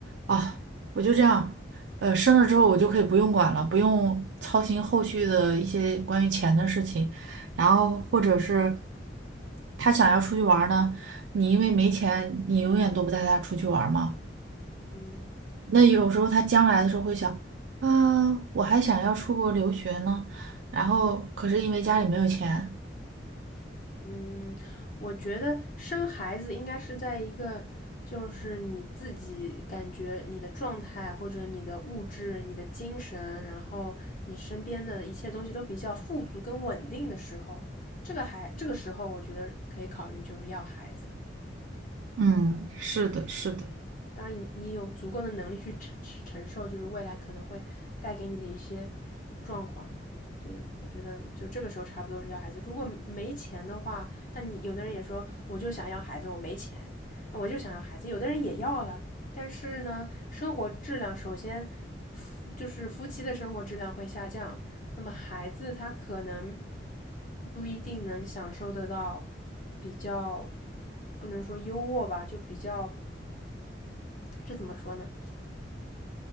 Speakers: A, on the right; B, on the left.
A: 啊，我就这样，呃，生了之后我就可以不用管了，不用操心后续的一些关于钱的事情，然后或者是他想要出去玩儿呢，你因为没钱，你永远都不带他出去玩儿嘛。
B: <laughs> 嗯，
A: 那有时候他将来的时候会想啊，我还想要出国留学呢，然后可是因为家里没有钱。
B: 嗯，我觉得生孩子应该是在一个，就是你自己感觉你的状态或者你的物质、你的精神，然后你身边的一切东西都比较富足跟稳定的时候，这个还这个时候，我觉得可以考虑就是要孩子。
A: 嗯，是的，是的，
B: 当你你有足够的能力去承承受，就是未来可能会带给你的一些状况。对，我觉得就这个时候差不多是要孩子。如果没钱的话，但你有的人也说，我就想要孩子，我没钱，我就想要孩子。有的人也要了，但是呢，生活质量首先就是夫妻的生活质量会下降，那么孩子他可能不一定能享受得到比较，不能说优渥吧，就比较这怎么说呢？